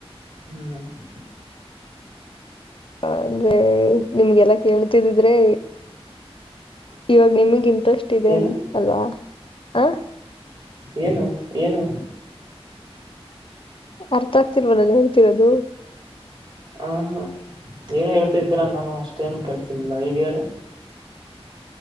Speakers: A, on the right (about 45°); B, on the left (about 55°).
A: ಬ್ರೋ. <unintelligible>
B: ಹ ಅಂದ್ರೆ ನಿಮ್ಗೆಲ್ಲಾ ಕೇಳ್ತಿದಿದ್ರೆ. ಇವಾಗ ನಿಮಗ್ ಇಂಟ್ರೆಸ್ಟ್ ಇದೆ
A: ಏನು
B: ಅಂತ ಅಲ್ವಾ ಹಾ.
A: ಏನು ಏನು.
B: ಅರ್ಥ ಆಗ್ತಿಲ್ವ ನಾನು ಹೇಳ್ತಿರೋದು.
A: ಹುಹು ಏನು ಹೇಳ್ತಿದ್ದೀರಾ ನಾನು ಅಷ್ಟೇನು ಕೆಳ್ಸಿದಿಲ್ಲ ಈಗ ಹೇಳ